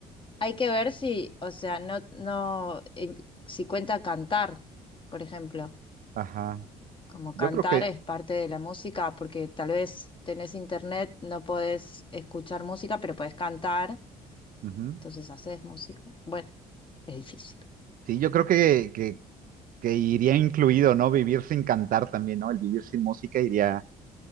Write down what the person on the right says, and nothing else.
Ajá.
Yo
creo que,
ujú.
Sí, yo creo que, que, que iría incluido, ¿no? Vivir sin cantar también, ¿no? El vivir sin música iría